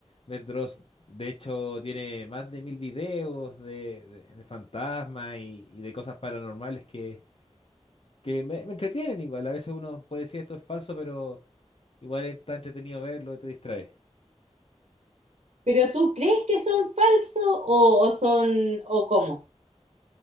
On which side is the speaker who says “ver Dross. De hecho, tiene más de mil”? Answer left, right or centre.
Left